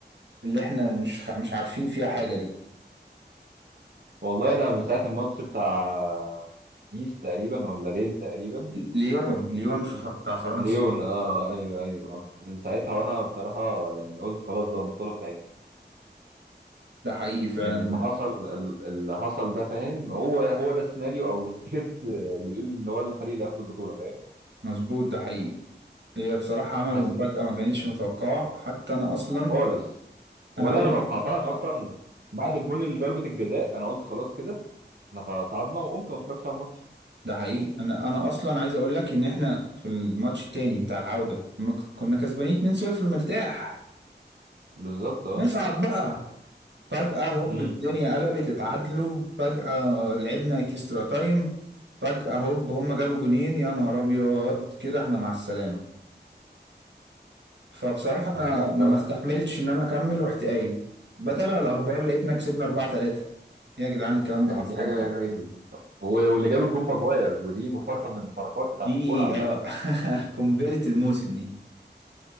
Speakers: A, on the right; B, on the right.
A: احنا مش خ- مش عارفين فيها حاجة دي
B: والله انا من ساعه الماتش بتاع نيس تقريبا ولا ليل تقريبا
A: ليون ليون في ف- بتاع فرنسا
B: ليون اه ايوه ايوه آه. من ساعتها وانا بصراحه يعني قلت خلاص بقى البطوله بتاعتنا
A: ده حقيقي فعلا
B: يعني اللي حصل ال- اللي حصل ده فاهم هو هو ده السيناريو او السكريبت اللي بيقول ان هو الفريق اللي هياخد البطوله فاهم
A: مظبوط ده حقيقي هي بصراحة عملوا
B: حاسس
A: مفاجأة
B: ان
A: ما كانتش متوقعة حتى أنا أصلا
B: خالص ولا
A: أنا قمت
B: انا توقعتها انا اصلا بعد الجون اللي ضربة الجزاء انا قلت خلاص كده احنا تصعدنا وقمت ما اتفرجتش على الماتش
A: ده حقيقي أنا أنا أصلا عايز أقول لك إن إحنا في الماتش التاني بتاع العودة لما ك- كنا كسبانين 2-0 مرتاح
B: بالظبط اه
A: نصعد بقى فجأة هوب
B: امم
A: الدنيا قلبت اتعادلوا فجأة لعبنا اكسترا تايم فجأة هوب هما جابوا جونين يا نهار أبيض كده إحنا مع السلامة فبصراحة
B: بالظبط
A: أنا أنا
B: اه
A: ما استحملتش إن أنا أكمل ورحت قايم بتابع الأخبار لقيتنا كسبنا 4-3 إيه يا جدعان الكلام ده
B: يعني
A: حصل
B: دي حاجه
A: إمتى
B: غريبه جدا و- واللي جاب الجون ماجواير ودي مفارقه من المفارقات بتاعت
A: دي
B: الكوره عامه
A: اه <laughs> قنبلة الموسم دي